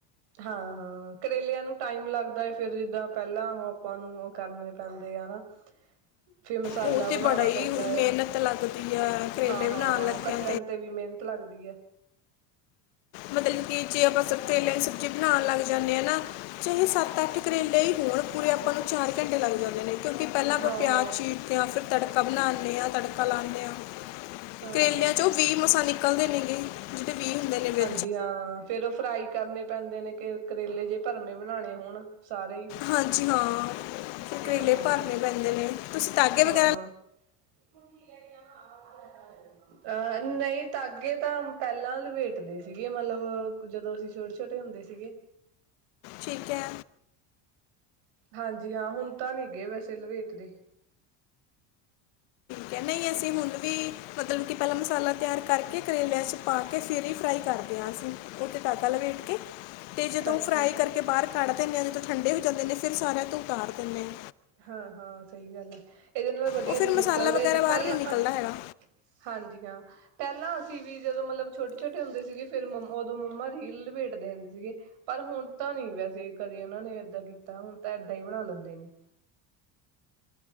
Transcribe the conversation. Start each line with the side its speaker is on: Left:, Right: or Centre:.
Right: ਹਾਂ, ਹਾਂ ਕਰੇਲਿਆਂ ਨੂੰ ਟਾਈਮ ਲੱਗਦਾ ਐ ਫਿਰ ਜਿੱਦਾਂ ਪਹਿਲਾਂ ਉਹ ਆਪਾਂ ਨੂੰ ਉਹ ਕਰਨੇ ਪੈਂਦੇ ਆ ਨਾ। <unintelligible> ਫਿਰ ਮਸਾਲਾ
Left: ਉਹ ਤੇ
Right: ਬਣਾਣਾ
Left: ਬੜਾ ਹੀ
Right: ਪੈਂਦਾ
Left: ਮਿਹਨਤ
Right: ਆ
Left: ਲੱਗਦੀ ਆ ਕਰੇਲੇ
Right: ਹਾਂ, ਹਾਂ
Left: ਬਣਾਉਣ ਲੱਗਿਆਂ
Right: ਕੱਟਣ ਤੇ ਵੀ ਮੇਨ ਤ ਲੱਗਦੀ ਐ।
Left: ਮਤਲਬ ਕਿ ਜੇ ਆਪਾਂ ਸਭ ਤੇਲਾਂ ਦੀ ਸਬਜ਼ੀ ਬਣਾਣ ਲੱਗ ਜਾਂਨੇ ਅ ਨਾ। ਚਾਹੇ ਸੱਤ ਅੱਠ ਕਰੇਲੇ ਈ ਹੋਣ ਪੂਰੇ ਆਪਾਂ ਨੂੰ ਚਾਰ ਘੰਟੇ ਲੱਗ ਜਾਂਦੇ ਨੇ ਕਿਉਂਕਿ ਪੈਲਾਂ ਆਪਾ
Right: ਹਾਂ
Left: ਪਿਆਜ਼
Right: ਹਾਂ
Left: ਚੀਰਦੇ ਆ ਫਿਰ ਤੜਕਾ ਬਣਾਨੇ ਆ ਤੜਕਾ ਲਾਨੇ ਆ।
Right: ਹਾਂ
Left: ਕਰੇਲਿਆਂ
Right: ਹਾਂ
Left: ਚੋ ਵੀ ਮਸਾਂ ਨਿਕਲਦੇ ਨੇਗੇ ਜਿਦੇ ਬੀ ਹੁੰਦੇ ਨੇ ਵਿ
Right: ਜੀ ਹਾਂ, ਫੇਰ ਉਹ ਫਰਾਈ ਕਰਨੇ ਪੈਂਦੇ ਨੇ ਕਰੇਲੇ ਜੇ ਭਰਮੇ ਬਣਾਣੇ ਹੋਣ। ਸਾਰੇ ਈ
Left: ਹਾਂਜੀ ਹਾਂ ਫਿਰ
Right: ਹਾਂ,
Left: ਕਰੇਲੇ
Right: ਹਾਂ,
Left: ਭਰਨੇ ਪੈਂਦੇ ਨੇ ਤੁਸੀਂ ਤਾਗੇ
Right: ਹਾਂ,
Left: ਵਗੈਰਾ
Right: ਹਾਂ। <inaudible> <unintelligible> ਅ ਨਈ ਤਾਂਗੇ ਤਾਂ ਪਹਿਲਾਂ ਲਵੇਟਦੇ ਸੀਗੇ ਮਤਲਬ ਜਦੋਂ ਅਸੀਂ ਛੋਟੇ। ਛੋਟੇ ਹੁੰਦੇ ਸੀਗੇ।
Left: ਠੀਕ ਐ।
Right: ਹਾਂਜੀ ਹਾਂ, ਹੁਣ ਤਾਂ ਨੀ ਗੇ ਵੈਸੇ ਲਵੇਟਦੇ।
Left: ਕਹਿੰ ਨਈ ਅਸੀਂ ਹੁਣ ਵੀ ਮਤਲਬ ਕਿ ਪੈਲਾਂ ਮਸਾਲਾ ਤਿਆਰ ਕਰਕੇ ਕਰੇਲਿਆਂ 'ਚ ਪਾ ਕੇ ਫਿਰ ਈ ਫਰਾਈ ਕਰਦੇ ਆ ਅਸੀਂ। ਓਤੇ ਧਾਗਾ ਲਵੇਟ ਕੇ। ਤੇ ਜਦੋਂ
Right: ਅੱਛਾ
Left: ਫਰਾਈ ਕਰਕੇ ਬਾਰ ਕੱਢ ਦਿੰਨੇ ਆ ਜਦੋਂ ਠੰਡੇ ਹੋ ਜਾਂਦੇ ਨੇ ਫਿਰ ਸਾਰਿਆਂ ਤੋ ਉਤਾਰ ਦਿੰਨੇ ਆ।
Right: ਹਾਂ-ਹਾਂ ਸਈ ਗੱਲ ਐ। ਐਦੇ ਨਾਲ ਵਧੀਆ
Left: ਉਹ ਫਿਰ
Right: ਨਿਕਲਦੇ
Left: ਮਸਾਲਾ ਵਗੈਰਾ
Right: ਨੀ ਪਹਿਲਾਂ
Left: ਬਾਹਰ ਨਹੀਂ ਨਿਕਲਦਾ
Right: ਅਹ੍ਹ।
Left: ਹੈਗਾ
Right: ਹਾਂਜੀ ਹਾਂ। ਪੈਲਾਂ ਅਸੀਂ ਵੀ ਜਦੋਂ ਮਤਲਬ ਛੋਟੇ ਛੋਟੇ ਹੁੰਦੇ ਸੀਗੇ ਫਿਰ ਮਮ ਉਦੋਂ ਮੰਮਾ ਰੀਲ ਲਪੇਟਦੇ ਹੁੰਦੇ ਸੀਗੇ। ਪਰ ਹੁਣ ਤਾਂ ਨੀ ਵੈਸੇ ਕਦੇ ਓਨਾਂ ਨੇ ਏਦਾਂ ਕੀਤਾ ਹੁਣ ਤਾਂ ਏਦਾਂ ਈ ਬਣਾ ਲੈਂਦੇ ਨੇ